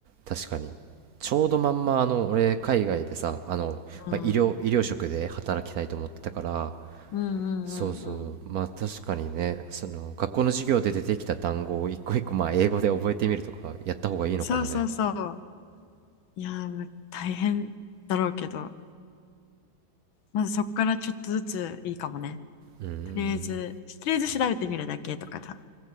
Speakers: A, on the right; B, on the left.
A: 確かにちょうどまんまあの俺海外でさあの、
B: うん。
A: まあ、医療、医療職で働きたいと思ってたから
B: うんうんうんうん。
A: そうそうまあ確かにねその学校の授業で出てきた単語を一個一個まあ英語で覚えてみるとかやった方がいいのかもね
B: そうそうそう。いやー、ま大変だろうけど、まずそこからちょっとずついいかもね。
A: うーん
B: とりあえず、とりあえず調べてみるだけとかさ、